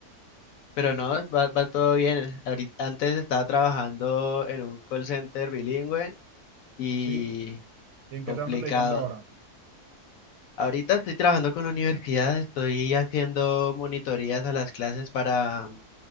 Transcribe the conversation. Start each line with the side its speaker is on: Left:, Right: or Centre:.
Left: pero no, va, va todo bien. Ahorita, antes estaba trabajando en un call center bilingüe y
Right: Sí, ¿y en
Left: complicado.
Right: qué te andas dedicando ahora?
Left: Ahorita estoy trabajando con la universidad, estoy haciendo monitorías a las clases para,